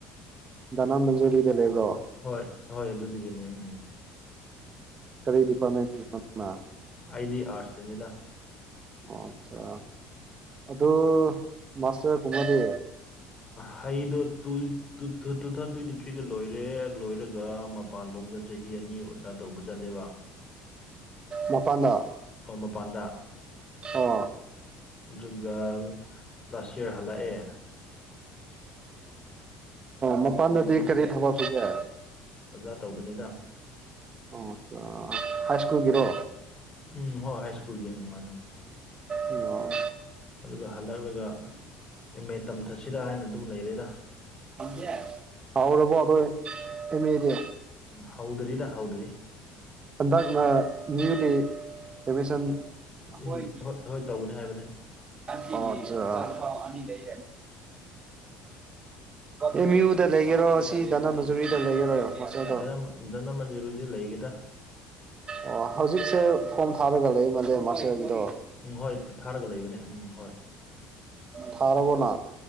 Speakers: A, on the right; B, on the left.
A: ꯙꯅꯥ ꯃꯟꯖꯨꯔꯤꯗ ꯂꯩꯕ꯭ꯔꯣ
B: ꯍꯣꯏ ꯍꯣꯏ ꯑꯗꯨꯗꯒꯤꯅꯦ ꯎꯝ
A: ꯀꯔꯤ ꯗꯤꯄꯥꯔꯠꯃꯦꯟꯒꯤ ꯅꯪꯅ
B: ꯑꯥꯏꯗꯤ ꯑꯔꯠꯁꯇꯅꯤꯗ
A: ꯑꯣ ꯑꯆꯥ ꯑꯗꯨ ꯃꯥꯁꯇꯔ ꯀꯨꯝꯃꯗꯤ
B: ꯍꯩꯗꯣ two. Two two thousand twenty ꯊ꯭ꯔꯤꯗ ꯂꯣꯏꯔꯦ ꯂꯣꯏꯔꯒ ꯃꯄꯥꯟ ꯂꯣꯝꯗ ꯆꯍꯤ ꯑꯅꯤ ꯑꯣꯖ ꯇꯧꯕ ꯆꯠꯂꯦꯕ
A: ꯃꯄꯥꯟꯗ
B: ꯍꯣ ꯃꯄꯥꯟꯗ
A: ꯑꯣ
B: ꯖꯨꯠꯒ ꯂꯥꯁ ꯏꯌꯥꯔ ꯍꯜꯂꯥꯛ ꯑꯥ
A: ꯃꯄꯥꯟꯗꯗꯤ ꯀꯔꯤ ꯊꯕꯛ ꯐꯒꯦ
B: ꯑꯣꯖꯥ ꯇꯧꯕꯅꯤꯗ
A: ꯑꯣ ꯍꯥꯏ ꯁ꯭ꯀꯨꯜꯒꯤꯔꯣ
B: ꯎꯝ ꯍꯣꯏ ꯍꯥꯏ ꯁ꯭ꯀꯨꯜꯒꯤ ꯃꯥꯅꯦ
A: ꯑꯣ
B: ꯑꯗꯨꯒ ꯍꯜꯂꯛꯂꯒ ꯑꯦꯝ ꯃꯦ ꯇꯝꯊꯁꯤꯔꯥ ꯍꯥꯏꯅ ꯑꯗꯨꯝ ꯂꯩꯔꯦꯗ
A: <unintelligible> ꯍꯥꯎꯔꯕꯣ ꯅꯣꯢ ꯑꯦꯃꯦꯗꯤ
B: ꯍꯧꯗ꯭ꯔꯤꯗ ꯍꯧꯗ꯭ꯔꯤ
A: ꯑꯟꯗꯛꯅ ꯅ꯭ꯌꯨꯂꯤ ꯑꯦꯗꯃꯤꯁꯟ
B: ꯎꯝ
A: ꯑꯩꯈꯣꯏꯒꯤ
B: ꯍꯣꯏ ꯍꯣꯏ ꯇꯧꯒꯅꯤ ꯍꯥꯏꯕꯅꯦ
A: <unintelligible> ꯑꯅꯤ ꯂꯩ
B: <inaudible>
A: ꯑꯦꯝꯌꯨꯗ ꯂꯩꯒꯦꯔꯣ ꯁꯤ ꯗꯅꯥ ꯃꯟꯖꯨꯔꯤꯗ ꯂꯩꯒꯦꯔꯣ ꯃꯥꯁꯇꯔꯗꯣ
B: ꯙꯅ ꯙꯅꯃꯟꯖꯔꯤꯨꯁꯦ ꯂꯩꯒꯦꯗ
A: ꯑꯣ ꯍꯧꯖꯤꯛꯁꯦ ꯐꯣꯝ ꯊꯥꯔꯒ ꯂꯩꯃꯜꯂꯦ ꯃꯥꯁꯇꯔꯒꯤꯗꯣ
B: ꯎꯝ ꯍꯣꯏ ꯊꯥꯔꯒ ꯂꯩꯕꯅꯦ ꯎꯝ ꯍꯣꯏ
A: ꯊꯥꯔꯕꯣꯅ